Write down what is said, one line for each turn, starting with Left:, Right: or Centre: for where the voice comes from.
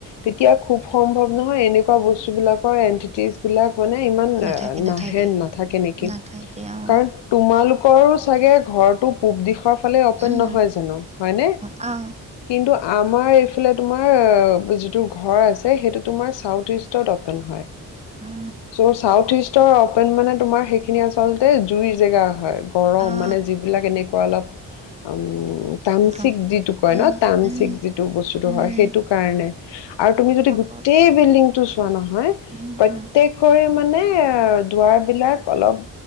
Left: তেতিয়া খুব সম্ভৱ নহয় এনেকা এনেকুৱা বস্তুবিলাকৰ এণ্টিটিজ বিলাক মানে ইমান
Right: নাথাকে নাথাকে
Left: নাহে, নাথাকে নেকি
Right: নাথাকে অঁ
Left: কাৰণ তোমালোক ৰো চাগে ঘৰটো পূব দিশৰ অকলে অপেন
Right: অঁ
Left: নহয় জানো, হয়নে?
Right: অঁ
Left: কিন্তু আমাৰ আছিলে তোমাৰ। যিটো ঘৰ আছে সেইটো তোমাৰ চাউথ ইষ্টৰত হয়।
Right: অঁ
Left: চ' চাউথ ইষ্টৰ অপেন মানে। তোমাৰ সেইখিনি আচলতে জুই জেগা হয়। গৰম
Right: অঁ
Left: মানে যিবিলাক এনেকুৱা অলপ উ তামচিক
Right: গম
Left: যিটো কয়
Right: উম
Left: ন তামচিক
Right: উম
Left: যিটো বস্তুটো
Right: উম
Left: হয়। সেইটো কাৰণে আৰু তুমি যদি
Right: হ'ব
Left: গোটেই
Right: পাৰে
Left: বিল্ডিংটো চোৱা নহয়
Right: উম
Left: প্ৰত্যেকৰে
Right: উম
Left: মানে মানে দুৱাৰ বিলাক অলপ